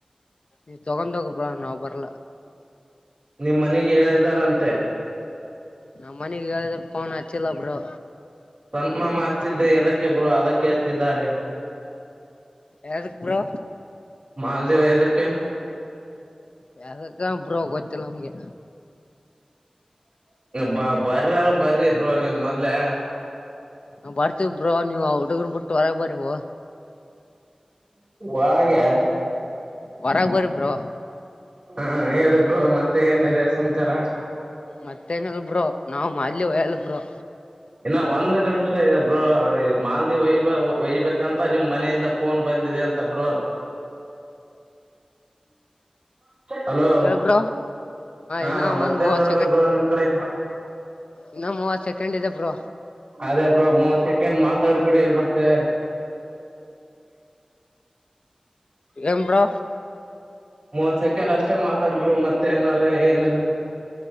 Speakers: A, on the left; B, on the right.
A: ಈ ತೊಗೋಂಡ ಹೋಗ ಬ್ರೋ ನಾವು ಬರ್ಲ
B: ನಿಮ್ ಮನೆಗೆ ಹೇಳಿದಾರಂತೆ
A: ನಮ್ಮ ಮನೆಗೆ ಯ್ರೂ ಪಣ ಹಚ್ಚಿಲ್ಲ ಬ್ರೋ
B: ಸಂತ ಮಾಮ ಹಚ್ಚಿದ್ದೆ ಅದಕ್ಕೆ ಬ್ರೋ ಅದಕ್ಕೆ ಹಚ್ಚಿದ್ದಾರೆ
A: ಯದಕ್ಕೆ ಬ್ರೋ
B: ಮಾಲ್ದೇವ ದಕ್ಕೆ
A: ಯದಕ್ಕ ಬ್ರೋ ಗೊತ್ತಿಲ್ಲ ನಮಗೆ
B: ಬ ಬರ್ರಲ್ಲ ಬರಿ ಬ್ರೋ ನೀವ ಮೊದ್ಲೆ
A: ನಾ ಬರ್ತೀ ಬ್ರ ನೀವು ಅವರು ಹುಡುರ್ ಬಿಟ್ಟು ಹೊರಗೆ ಬರಿ ಬ್ರೋ
B: ಒಳಗೆ
A: ಹೊರಗ್ ಬರ್ ಬ್ರೋ
B: ಹಾ ಹೇಳಿ ಬ್ರೋ ಮತ್ತೆ ಏನಿದೆ ಸಮಾಚಾರ
A: ಮತ್ತೇನಲ್ಬ್ರೋ ನಾವ್ ಇಲ್ಲಿ ಒಲ್ಲಪರ
B: ಇನ್ನ ಒಂದು ನಿಮಿಷ ಇ ಬ್ರೋ ಮಾಲ್ದಿ ಒಯ ಒಯ್ಬೇಕಂತ ನಿಮ್ಮ್ ಮನೆಯಿಂದ ಫೋನ್ ಬಂದಿದೆ ಅಂತ ಬ್ರೋ ಹಲೋ
A: ಹೇಳ್ ಬ್ರೋ
B: ಹಾ
A: ಇನ್ನ
B: ಮತ್ತೇನ್
A: ಒಂದ್ ಮೂವತ್
B: ಮಾಡಡುದ ಬ್ರೋ ನಿಮ್ ಕಡೆ
A: ಇನ್ನು ಮೂವತ್ ಸೆಕೆಂಡ್ ಇದೆ ಬರು.
B: ಅದೇ ಬ್ರೋ ಮೂವತ್ ಸೆಕೆಂಡ್ ಮಾತಾಡ್ಬಿಡಿ ಮತ್ತೆ.
A: ಎ್ರ.
B: ಮೂವತ್ ಸೆಕೆಂಡ್ ಅಷ್ಟೇ ಮತ್. ಕಡಬರು ಮತ್ತೆ ನಡೆ ಏನೆಲ್ಲ.